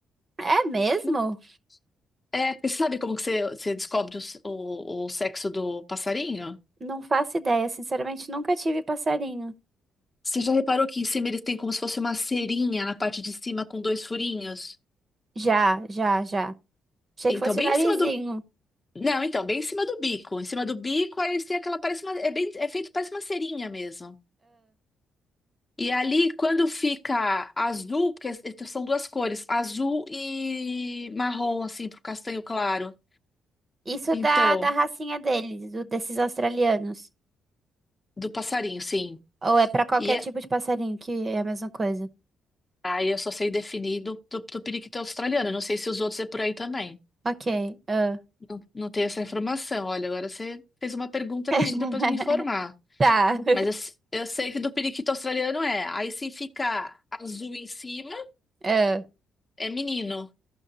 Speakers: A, on the right (about 35°); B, on the left (about 20°).
A: É mesmo?
B: Não- É, porque você sabe como que você, você descobre o, s- o, o sexo do passarinho?
A: Não faço ideia, sinceramente nunca tive passarinho.
B: Você já reparou que em cima eles têm como se fosse uma cerinha na parte de cima com dois furinhos?
A: Já, já, já. Achei
B: Então,
A: que fosse
B: bem
A: o narizinho.
B: em cima do. Não, então, bem em cima do bico. Em cima do bico, aí eles têm aquela. Parece uma, é, bem, é feito, parece uma cerinha mesmo. E ali, quando fica azul, porque são duas cores, azul e marrom, assim, pro castanho claro.
A: Isso
B: Então,
A: da, da racinha deles, do- desses australianos.
B: do passarinho, sim.
A: Ou é pra qualquer
B: E é-
A: tipo de passarinho que é a mesma coisa?
B: aí eu só sei definir do, do, do periquito australiano. eu Não sei se os outros é por aí também.
A: Ok. ah.
B: Não, não tenho essa informação. Olha, agora você fez uma pergunta
A: <laughs>
B: que eu preciso depois me informar.
A: Tá. <laughs>
B: Mas eu, s- eu sei que do periquito australiano é. Aí se fica azul em cima,
A: Ah,
B: é menino.